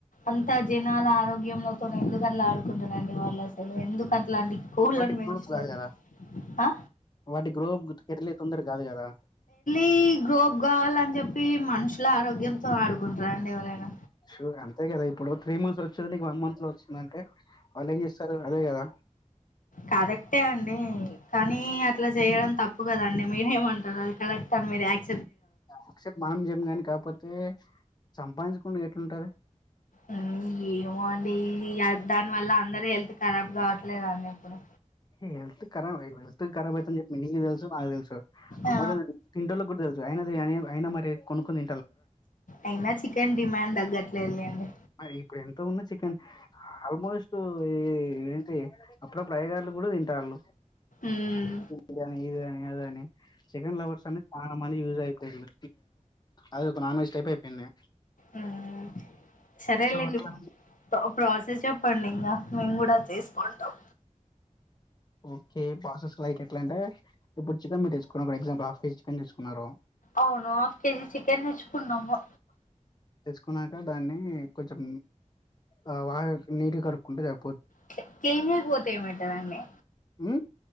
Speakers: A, on the left (about 85°); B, on the left (about 35°).
A: అంత జనాల ఆరోగ్యంలతో ఎందుకు అలా ఆడుకుంటారండి వాళ్ళు అసలు ఎందుకం ఇలాంటి కొడ్లను
B: వాటికి
A: పెంచుతారు
B: రూల్స్ కాదు కదా
A: ఆ
B: వాటి గ్రోత్ తెరలే తొందర కాదు కదా
A: కి గ్రోప్ కావాలని చెప్పి మనుషుల ఆరోగ్యంతో ఆడుకుంటారండి ఎవరైనా
B: శు అంతే కదా ఇప్పుడు త్రీ మంత్స్ వచ్చిది నీకు వన్ మంత్ లో వచ్చిందంటే వాళ్ళు ఏం చెస్తారు అదే కదా
A: కరెక్ట్ అండి కానీ అట్లా చేయడం తప్పు కదాండి మీరేమంటారు అది కరెక్ట్ అని మీరు యాక్
B: యాక్సెప్ట్ మనం జేయం గాని కాకపోతే సంపాదించుకుండా ఎట్లుంటది
A: ఉమ్ ఏమో అండి దాని వల్ల అందరు హెల్త్ ఖరాబ్ కావట్లేదా అండి ఇపుడు
B: హల్త్ ఖరాబ్ హెల్త్ ఖరాబ్ అయితని చెప్పి నీకు తెలుసు నాకు తెలుసు
A: ఆ
B: మాములు తింటోలకు కూడా తెలుసు అయ అయన మరి కొన్నుకొని
A: అయినా చికెన్ డిమాండ్ తగ్గట్లే లేండి
B: మరి ఇప్పుడు ఎంతో ఉన్న చికెన్ ఆల్మోస్ట్ ఏంటి అప్పుడప్పుడు అయ్యగార్లు కూడా తింటాలు
A: ఉమ్,
B: బిర్యానీ ఇది అని అది అని చికెన్ లవర్స్ అనే చాలా మంది యూస్ అయిపోలు అది ఒక నాన్ వెెజ్ టైపు అయిపోయింది
A: ఉమ్ సరేలేండి
B: సో అట్లా
A: ప్ర-ప్రాసెస్ చెప్పండి ఇంగ మేము కూడా చేసుకోంటాం
B: ఓకే ప్రాసెస్ లైక్ ఎట్లాంటే ఇప్పుడు చికెన్ మీరు తెచ్చుకున్నారు ఎగ్జాంపుల్ ఒక హాఫ్ కేజి చికెన్ తెచ్చుకున్నారు
A: అవును హాఫ్ కేజీ చికెన్ తేచ్చుకున్నాము
B: తెచ్చుకున్నాక దాన్ని కొంచెం ఆ వా నీటిగా కడుక్కుంటూ జర్
A: కే కెమియ కి పోతే ఏమైతదండీ
B: ఉమ్,